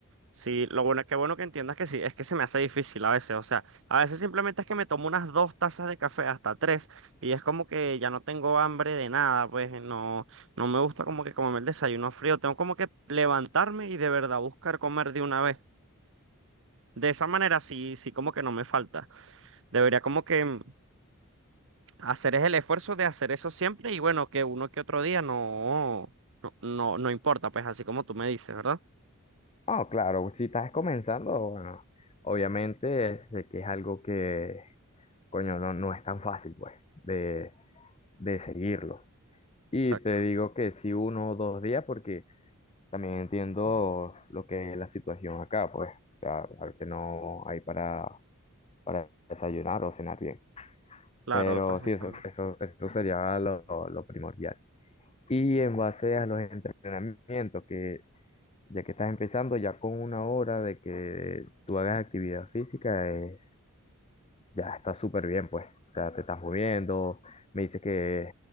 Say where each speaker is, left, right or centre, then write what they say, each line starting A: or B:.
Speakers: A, on the right; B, on the left.
A: sí, lo bueno, qué bueno que entiendas que sí, es que se me hace difícil a veces, o sea, a veces simplemente es que me tomo unas dos tazas de café, hasta tres, y es como que ya no tengo hambre de nada, pues, no, no me gusta como que comerme el desayuno frío, tengo como que levantarme y de verdad buscar comer de una vez. De esa manera sí, sí como que no me falta. Debería como que Hacer es el esfuerzo de hacer eso siempre y bueno, que uno que otro día no, no, no, no importa, pues así como tú me dices, ¿verdad?
B: Ah, claro, si estás comenzando, bueno, obviamente sé que es algo que, coño, no, no es tan fácil, pues, de, de seguirlo. Y
A: Exacto.
B: te digo que sí uno o dos días, porque también entiendo lo que es la situación acá, pues, o sea, a veces no hay para, para desayunar o cenar bien.
A: Claro,
B: Pero
A: precisamente.
B: sí, eso, eso, eso sería lo, lo primordial. y en base a los entrenamientos, que ya que estás empezando, ya con una hora de que tú hagas actividad física, es, ya está súper bien, pues. O sea, te estás moviendo, me dices que